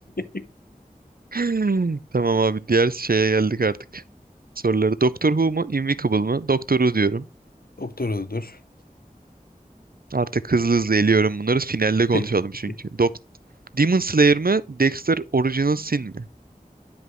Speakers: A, on the left (about 80°); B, on the right (about 75°).
A: <laughs>
B: Hmm. Tamam abi diğer şeye geldik artık. Soruları Doctor Who mu Invincible mı? Doctor Who diyorum.
A: Doktor öldür.
B: Artık hızlı hızlı eliyorum bunları. Finalde konuşalım
A: <laughs>
B: çünkü. Dok Demon Slayer mı Dexter Original Sin mi?